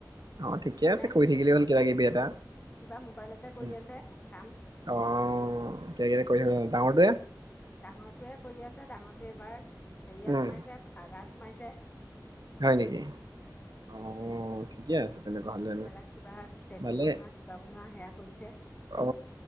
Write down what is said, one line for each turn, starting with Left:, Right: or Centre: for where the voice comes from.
Right: আহ ঠিকে
Left: মানে
Right: আছে কৰি থাকিলে হ'ল কিব কিবি এটা।
Left: কিবা মোবাইলতে কৰি
Right: উ
Left: আছে কাম
Right: অ কেই কৰি থাকিলে হ'ল ডাঙৰটোয়ে
Left: ডাঙৰটোৱে কৰি আছে ডাঙৰটোৱে এবাৰ হেৰিয়াত
Right: উম
Left: সোমাইছে পাৰ্লাৰ সোমাইছে
Right: হয় নেকি অ ঠিকে আছে তেনেকুৱা হ'লে
Left: এইবিলাক কিবা টেঁটু
Right: ভালে
Left: বনোৱা কিবা বনোৱা সেয়া কৰিছে উম
Right: অ